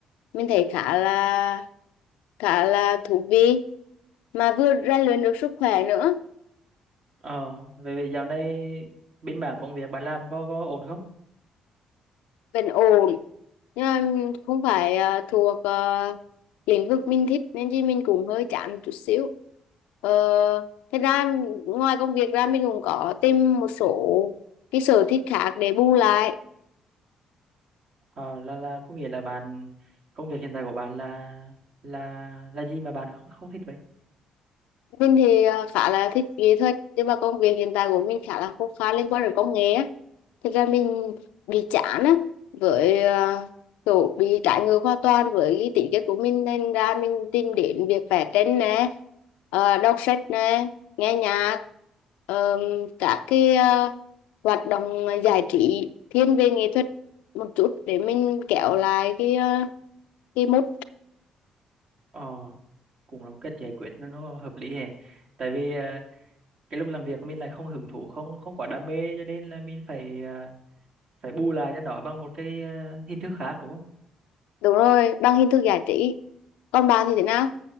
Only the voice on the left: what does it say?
Mình thấy khá là khá là thú vị mà vừa rèn luyện được sức khỏe nữa.
vẫn ổn nhưng mà không phải ờ, thuộc ờ, lĩnh vực mình thích nên chứ mình cũng hơi chán một chút xíu Ờ, thế ra ngoài công việc ra mình cũng có tìm một số cái sở thích khác để bù lại
mình thì à, khá là thích nghệ thuật nhưng mà công việc hiện tại của mình khá là khô khan liên quan đến công nghệ á thực ra mình bị chán á với à, kiểu bị trái ngược hoàn toàn với cái tính chất của mình nên ra mình tìm đến việc vẽ tranh nè ờ, đọc sách nè nghe nhạc ờ, các cái à, hoạt động giải trí thiên về nghệ thuật một chút để mình kéo lại cái à, cái mood
đúng rồi bằng hình thức giải trí còn bạn thì thế nào